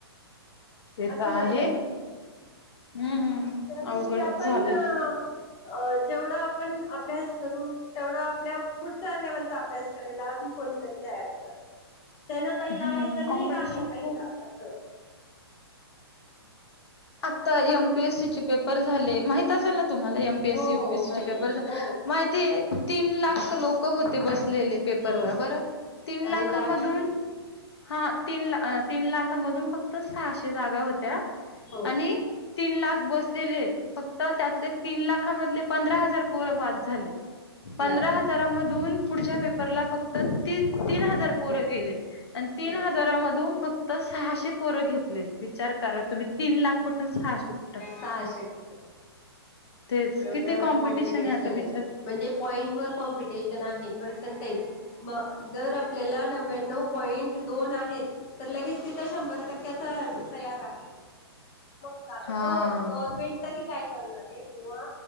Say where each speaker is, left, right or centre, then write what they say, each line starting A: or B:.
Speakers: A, on the left; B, on the left.
A: ते
B: असं
A: तर आहे.
B: झालं ना
A: हम्म
B: कारण
A: अवघडच
B: कि आपण
A: झालंय.
B: अ जेवढा आपण अभ्यास करू तेवढा आपल्या पुढच्या लेवलचा अभ्यास करायला कोणीतरी तरी तयारच असतो त्यान पहिला
A: हम्म
B: आहे तर मी
A: कॉम्पिटिशन
B: का नाही पहिला
A: खूप
B: अस.
A: आता
B: मा
A: एम पी एस सीचे पेपर झाले माहित असेल तुम्हाला एमपीएससी
B: हो
A: यपीएसीचे
B: हो माहिती
A: पेपर झा
B: हो
A: माहितीए तीन लाख लोक होते बसलेले पे पेपर
B: हो
A: ला बरं तीन
B: आणि
A: लाखा
B: जागा
A: मधून
B: किती
A: हा तीन ला तीन लाख खामधून फक्त सहाशे जागा होत्या
B: हो
A: आणि तीन लाख बसलेले. फक्त त्यातले तीन लाखामधले पंधरा हजार पोरं पास झाले. पंधरा
B: बर
A: हजारामधून पुढच्या पेपरला फक्त ती तीन हजार पोरं गेले. आणि तीन
B: बर
A: हजारामधून फक्त सहाशे पोरं घेत ले विचार करा तुम्ही तीन लाख कुठ सहाशे कुठं.
B: सहाशे कुठे
A: तेच
B: एवढं
A: किती
B: कॉम्पिटिशन
A: आहे आता विचार
B: ए म्हणजे पॉइंट वर कॉम्पिटिशन आहे. पर्सनटेज म जर आपल्याला नव्याव पॉईंट दोन आहेत तर लगेच तित शंभर टक्क्याचा तयार आहे. मगं आता
A: हा
B: तो गव्हर्मेंट तरी काय करणार ए. किंवा